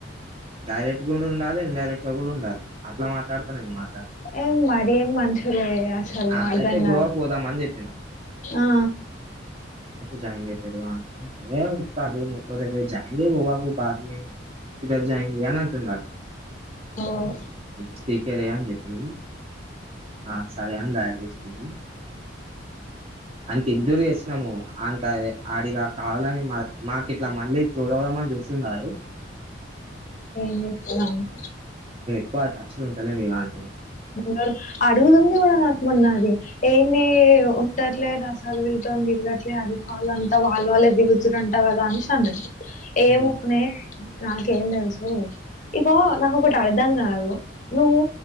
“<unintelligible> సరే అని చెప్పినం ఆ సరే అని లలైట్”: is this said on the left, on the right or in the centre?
Right